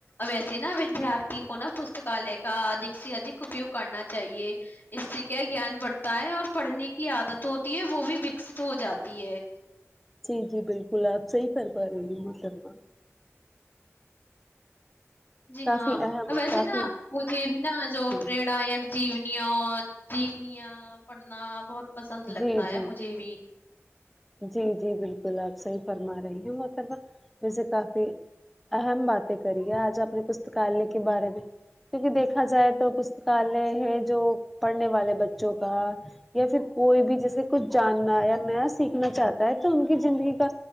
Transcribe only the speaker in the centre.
جی جی بالکل آپ صحیح فرمارہی ہو محترمہ
کافی
اہم
اور
کافی
جی
جی جی
جی جی بالکل آپ صحیح فرما رہی ہیں محترمہ ویسے کافی اہم باتیں کریے آج اپنے پستکالیہ کے بارے میں کیونکہ دیکھا جائے تو پستکالیہ ہے جو پڑھنے والے بچوں کا یا پھر کوئی بھی جیسے کچھ جانناہے یا نیا سیکھنا چاہتا ہے تو ان کی زندگی کا